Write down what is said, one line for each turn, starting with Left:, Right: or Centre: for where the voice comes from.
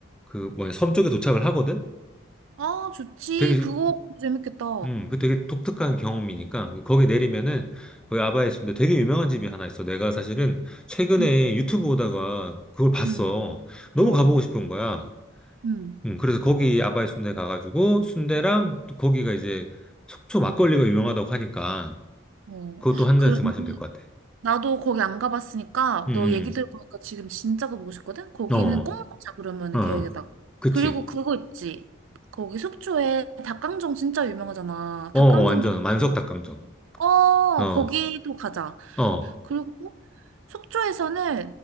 Centre: 그 뭐냐 섬 쪽에 도착을 하거든.
Right: 아, 좋지.
Centre: 되게
Right: 그거 재밌겠다.
Centre: 음, 그 되게 독특한 경험이니까 거기 내리면은 거기 아바에 있는데 되게 유명한 집이 하나 있어. 내가 사실은 최근에
Right: 응,
Centre: 유튜브 보다가 그걸 봤어.
Right: 응,
Centre: 너무
Right: 어,
Centre: 가보고 싶은 거야.
Right: 응,
Centre: 음, 그래서 거기 아바이 순대 가가지고 순대랑 또 거기가 이제 속초 막걸리가 유명하다고 하니까
Right: 어.
Centre: 그것도 한
Right: 그러면
Centre: 잔씩 마시면 될 것 같아.
Right: 나도 거기 안 가봤으니까
Centre: 음,
Right: 너 얘기 들어보니까 지금 진짜 가보고 싶거든? 거기는
Centre: 음. 어,
Right: 꼭 응. 먹자 그러면
Centre: 어, 어.
Right: 계획에다가.
Centre: 그치.
Right: 그리고 그거 있지. 거기 속초에 닭강정 진짜 유명하잖아.
Centre: 어,
Right: 닭강정도
Centre: 어, 완전 만석
Right: 먹어보자.
Centre: 닭강정.
Right: 어
Centre: 어,
Right: 거기도 가자.
Centre: 어.
Right: 그리고 속초에서는